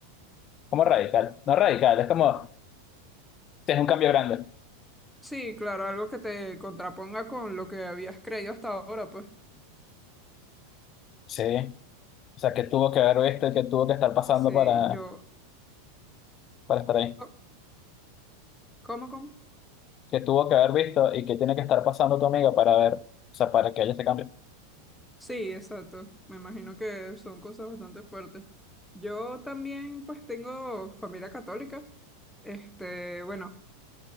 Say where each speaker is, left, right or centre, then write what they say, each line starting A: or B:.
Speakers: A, on the left (about 35°); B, in the centre.
A: como radical. No radical, es como, si es un cambio grande.
B: Sí, claro, algo que te contraponga con lo que habías creído hasta ahora, pues.
A: Sí, o sea, que tuvo que haber visto y que tuvo que estar pasando
B: Sí,
A: para,
B: yo.
A: para estar ahí?
B: oh, ¿Cómo, cómo?
A: que tuvo que haber visto y que tiene que estar pasando tu amiga para ver, o sea, para que haya ese cambio?
B: Sí, exacto. Me imagino que son cosas bastante fuertes. Yo también, pues, tengo familia católica. Este, bueno,